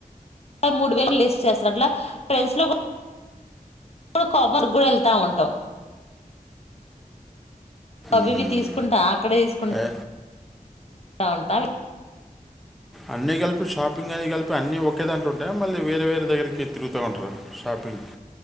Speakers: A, on the left; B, in the centre.
A: మూడు వేలు లెస్ చేస్తారు అట్లా ట్రెండ్స్ లో ఇప్పుడు కాపర్ కూడా వెళ్తా ఉంటాం అవివి
B: మ్మ్."
A: తీసుకుంటా అక్కడే తీసుకుం
B: ఏ,
A: ఉంటాయి
B: అన్నిీ కలిపి షాపింగ్ అని కలిపి అన్ని ఒకే దాంట్లో ఉంటాయా మళ్ళీ వేరే వేరే దగ్గరికి తిరుగుతూ ఉంటారా షాపింగ్ అ